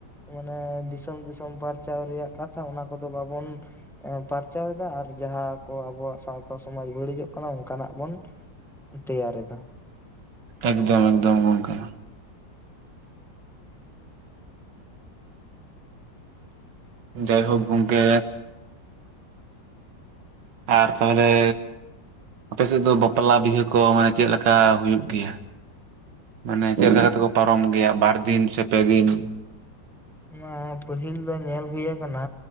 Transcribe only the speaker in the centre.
ᱢᱟᱱᱮ ᱫᱤᱥᱚᱢ ᱫᱤᱥᱚᱢ ᱯᱟᱨᱪᱟᱣ ᱨᱮᱭᱟᱜ ᱠᱟᱛᱷᱟ ᱚᱱᱟ ᱠᱚᱫᱚ ᱵᱟᱵᱚᱱ ᱯᱟᱨᱪᱟᱣᱮᱫᱟ ᱟᱨ ᱡᱟᱦᱟᱸ ᱠᱚ ᱟᱵᱚᱣᱟᱜ ᱥᱟᱶᱛᱟ ᱥᱚᱢᱟᱡᱽ ᱵᱟᱹᱲᱤᱡᱚᱜ ᱠᱟᱱᱟ ᱚᱱᱠᱟᱱᱟᱜ ᱵᱚᱱ ᱛᱮᱭᱟᱨᱮᱫᱟ᱾
ᱮᱭᱟ ᱯᱟᱹᱦᱤᱞ ᱫᱚ ᱧᱮᱞ ᱦᱩᱭ ᱟᱠᱟᱱᱟ